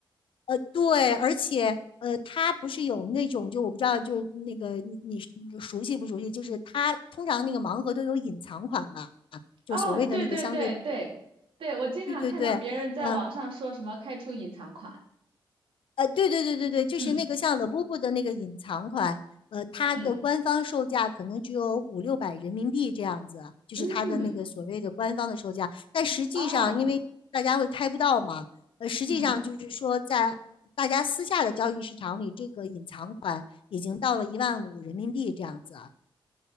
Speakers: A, on the left; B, on the right.
A: 呃，对，而且呃，它不是有那种，就我不知道，就那个你你熟悉不熟悉？就是它通常那个盲盒都有隐藏款嘛，就是所谓的那个相对，
B: 哦，对对对对对，我经常看到别人在网上说什么开出隐藏款，
A: 对对对，嗯、呃，对对对对对，就是那个像
B: 嗯，
A: Labubu 的那个隐藏款，呃，它的官方售价可能只有五六百人民币这样子，
B: 嗯
A: 就是它的那个所谓的官方的售价。
B: 嗯
A: 但实际上，
B: 哦
A: 因为大家会开不到嘛，呃，实际上就是说，
B: 嗯，
A: 在大家私下的交易市场里，这个隐藏款已经到了一万五人民币这样子。